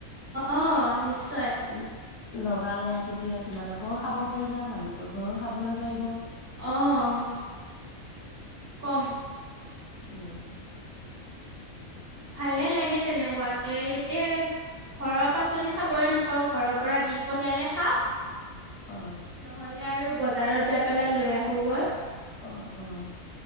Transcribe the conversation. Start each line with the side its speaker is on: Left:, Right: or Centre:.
Right: অ', নি চয়।
Left: ল- লগালে তেতিয়া তোমালোকেও খাব পাৰিবা, মালিকৰ ঘৰেও খাবলৈ পাৰিব।
Right: অ', কম।
Left: অ'
Right: ভালে লাগে তেনেকুৱাকে, এতিয়া ঘৰৰ পাচলি খাবই নাপাওঁ, ঘৰৰ পৰা দি পঠিয়ালে খাওঁ
Left: অ
Right: নহলে আৰু বজাৰত যাই পেলাই লৈ আহোঁগৈ।
Left: অ', অ'।